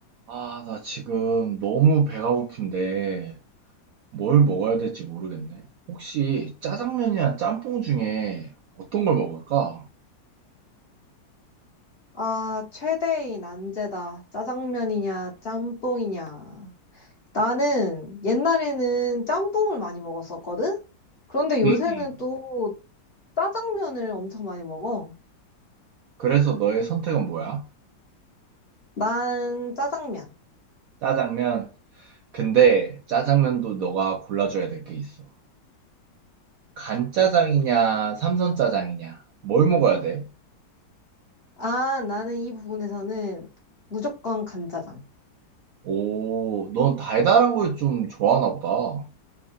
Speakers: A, on the right; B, on the left.
A: 아, 나 지금 너무 배가 고픈데 뭘 먹어야 될지 모르겠네. 혹시 짜장면이랑 짬뽕 중에 어떤 걸 먹을까?
B: 아, 최대의 난제다. 짜장면이냐, 짬뽕이냐. 나는 옛날에는 짬뽕을 많이 먹었었거든? 그런데 요새는
A: 응 응.
B: 또 짜장면을 엄청 많이 먹어.
A: 그래서 너의 선택은 뭐야?
B: 난 짜장면.
A: 짜장면. 근데 짜장면도 너가 골라줘야 될 게 있어. 간짜장이냐, 삼선짜장이냐. 뭘 먹어야 돼?
B: 아, 나는 이 부분에서는 무조건 간짜장.
A: 오, 넌 달달한 걸 좀 좋아하나 보다.